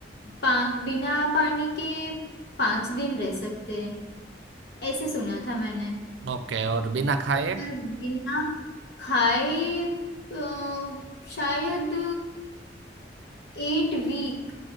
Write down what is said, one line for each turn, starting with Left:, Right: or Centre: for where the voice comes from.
Left: पा, बिना पानी के पांच दिन रह सकते हैं ऐसे सुना था मैंने
Right: ओके और बिना खाए
Left: पर बिना खाए अ, शायद एट वीक